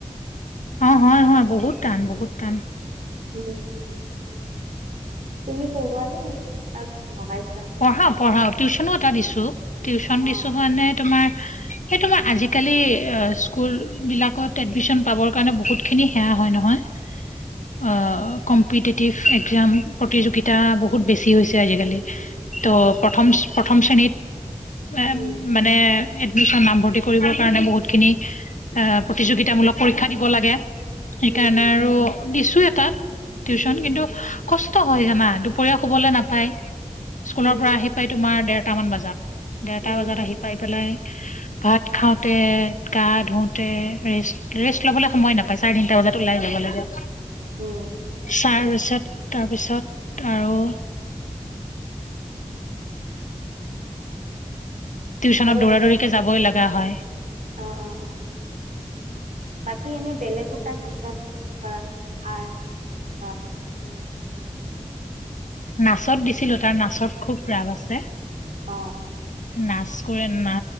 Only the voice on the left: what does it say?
অ হয়, হয়, বহুত টান, বহুত টান।
পঢ়াওঁ, পঢ়াওঁ, টিউচনো এটা দিছোঁ। টিউচন
দিছো মানে তোমাৰ সেইটো মই আজিকালি স্কুলবিলাকত এডমিশন পাবৰ কাৰণে বহুতখিনি সেৱা হয় নহয়। অ', কম পিটিটিভ একজাম, প্ৰতিযোগিতা বহুত বেছি হৈছে আজিকালি। ত'
প্ৰথম প্ৰথম শ্ৰেণীত, এ
মা নে, এডমিশন নামভৰ্তি কৰিবৰ কাৰণে বহুত খিনি অ, প্ৰতিযোগিতামূলক পৰীক্ষা দিব লাগে সেইকাৰণে
আৰু দিছো এটাত, টিউচন,
কিন্তু কষ্ট হয় জানা, দুপৰীয়া শুবলৈ নাপায়। স্কুলৰ
পৰা আহি পায় তোমাৰ দেৰটা মান বজাত, দেৰটা
বজাত আহি পাই পেলাই ভাত খাওঁতে, গা ধুওতে, ৰেষ্ট, ৰেষ্ট ল'বলৈ সময়ে নাপ চাৰে তিনিটা বজাত ওলাই যাব লাগে।
চাৰ বিছত, তাৰপিছত আৰু টিউশ্যনত
দৌৰা
দৌৰিকৈ যাবই লাগা হয়।
নাচত দিছিলো, তাৰ নাচত খুব ৰাপ আছে।
নাচ কৰে, না